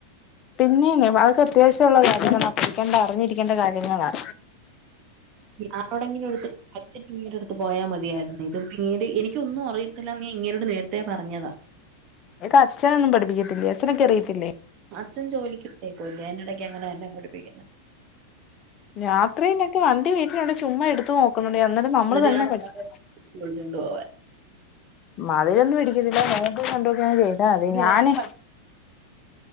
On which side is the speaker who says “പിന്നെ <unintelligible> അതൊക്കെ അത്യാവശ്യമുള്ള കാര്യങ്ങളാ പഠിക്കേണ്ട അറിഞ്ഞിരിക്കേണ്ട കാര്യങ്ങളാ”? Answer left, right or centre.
Left